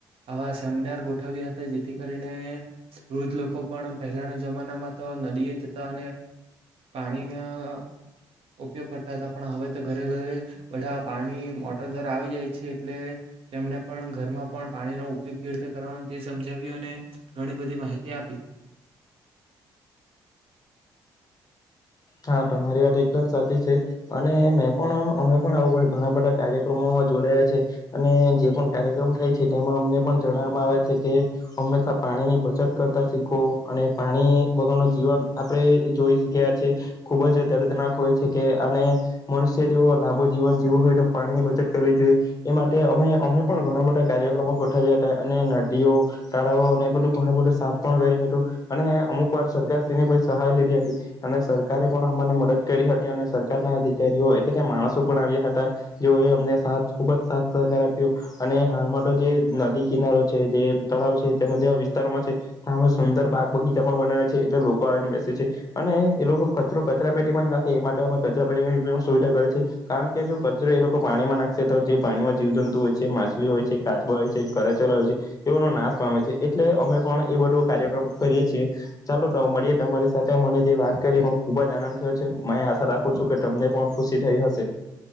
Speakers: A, on the right; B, on the left.
A: આવા સેમિનાર ગોઠવ્યા હતા. જેથી કરીને વૃદ્ધ લોકો પણ, પહેલાના જમાનામાં તો નદીએ જતા અને પાણીના ઉપયોગ કરતા હતા, પણ હવે તો ઘરે ઘરે બધા પાણી મોટર દ્વારા આવી જાય એટલે તેમને પણ ઘરમાં પણ પાણીનો ઉપયોગ કેવી રીતે કરવાનો તે સમજાવ્યું. અને ઘણી બધી માહિતી આપી.
B: હા! તમારી વાત એકદમ સાચી છે. અને મેં પણ અમે પણ આવું ઘણા બધા કાર્યક્રમોમાં જોડાયા છે. અને જે પણ કાર્યક્રમ થાય છે તેમાં અમને પણ જણાવવામાં આવે છે કે, હંમેશા પાણીની બચત કરતા શીખો અને પાણી વગરનું જીવન આપણે જોઈ ગયા છે. ખુબ જ દર્દનાક હોય છે કે, અને મનુષ્ય જો લાંબુ જીવન જીવું હોય તો, પાણીની બચત કરવી જોઈએ. એ માટે અમે અમે પણ ઘણા બધા કાર્યક્રમો ગોઠવ્યા હતા. અને નદીઓ તાળાવો અને એ બધું ઘણ બધું સાફ પણ કર્યું હતું. અને અમુક વાર સરકાર શ્રીની સહાય લીધી હતી. અને સર સરકારે પણ અને મદદ કરી હતી. અને સરકાર ના અધિકારીઓ એટલે કે માણસો પણ આવ્યા હતા. જે એ અમને સાથ ખુબ જ સાથ સહકાર આપ્યો, અને હાલમાં તો જે નદી કિનારો છે, જે તળાવ છે, તેના જેવા વિસ્તારોમાં છે અમે સુંદર બાગ બગીચા પણ બનાવે છે, એટલે લોકો આવીને બેસે છે. અને એ લોકો કચરો કચરા પેટીમાં જ નાખે એ માટે અમે કચરા પેટીની સુવિધા કરીએ છેીએ, કારણ કે જો કચરો એ લોકો પાણીમાં નાખશે, તો જે પાણીમાં જીવ જંતુ હોય છે. માછલી હોય છે, કાચબા હોય છે, કરચલા હોય છે, એઓનો નાશ પામે છે. એટલે અમે પણ એ બધો કાર્યક્રમ કરીએ છીએ. ચાલો તો મળીએ, તમારી સાથે મને જે વાત કરી ખુબ જ આનંદ થયો છે. આશા રાખું છું કે, તમને પણ ખુશી થઈ હશે.